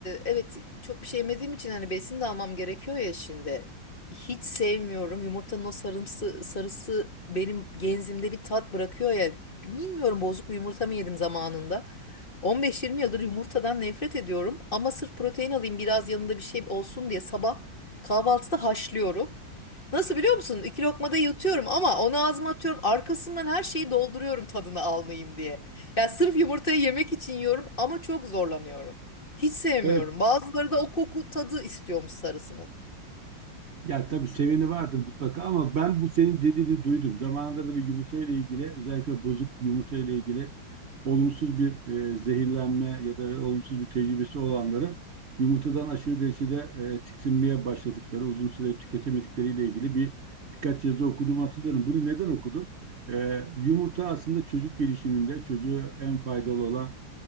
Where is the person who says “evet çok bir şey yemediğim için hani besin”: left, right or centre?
Left